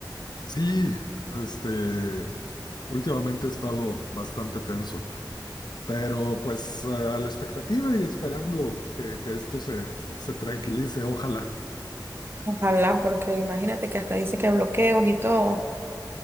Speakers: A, on the left; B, on the right.
A: Sí, este, últimamente he estado bastante tenso, pero pues a la expectativa y esperando que, que esto se, se se tranquilice, ojalá.
B: Ojalá, porque imagínate que hasta dice que bloqueos y todo.